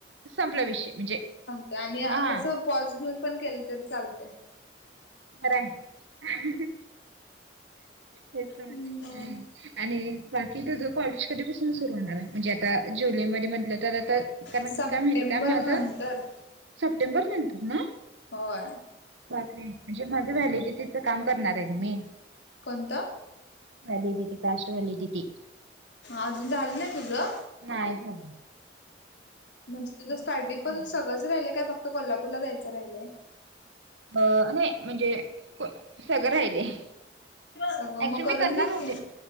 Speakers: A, on the right (about 85°); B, on the left (about 80°).
A: संपला विषय म्हणजे
B: आणि
A: हा
B: कसं पॉज घेऊन, पण केलं तरी चालते.
A: बरं आहे. हेच नाही,
B: म
A: आणि बाकी तू जो कधीपसून सुरू होणार आहे. म्हणजे, आता जुलैमध्ये म्हटलं, तर आता कारण
B: सप्टेंबर
A: काय माहितीय का माझं?
B: <inaudible>
A: सप्टेंबर नंतर, ना
B: होय.
A: रात्री. ते माझं व्ह्यालिडेटेचं काम काम करणार
B: हम्म
A: आहे, गं मी.
B: कोणतं
A: व्हॅलिडीटी कास्ट व्हॅलिडीटी
B: अजून झालं नाही तुझं?
A: नाही झालं.
B: म्हणजे, तुझं स्टार्टिंग
A: मग ते करणार
B: पासून सगळंच राहिलंय काय? फक्त कोल्हापूरला जायचं राहिलय.
A: अं नाही, म्हणजे सगळं राहिलंय.
B: सगळं
A: ऍक्च्युली
B: मग करून
A: मी करणार
B: घे
A: होते.
B: की